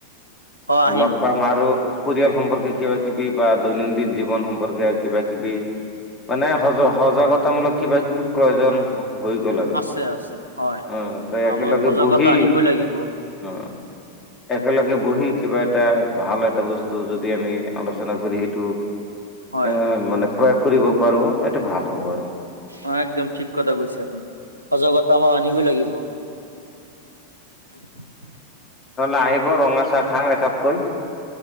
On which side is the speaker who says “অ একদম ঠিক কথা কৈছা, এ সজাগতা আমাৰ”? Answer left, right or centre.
Right